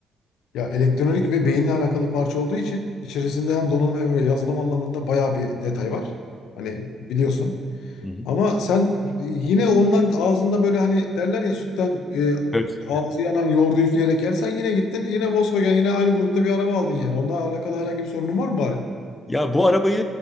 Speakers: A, on the left; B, on the left.
A: Ya elektronik ve beyinle alakalı parça olduğu için içerisinde hem donanım hem yazılım anlamında bayağı bir detay var. Hani biliyorsun.
B: Hı hı.
A: Ama sen yine ondan ağzında böyle hani derler ya sütten e,
B: Evet.
A: ağzı yanan yoğurdu üfleyerek yersen yine gittin yine Volkswagen yine aynı grupta bir araba aldın yani. Onunla alakalı herhangi bir sorunun var mı bari?
B: Ya bu arabayı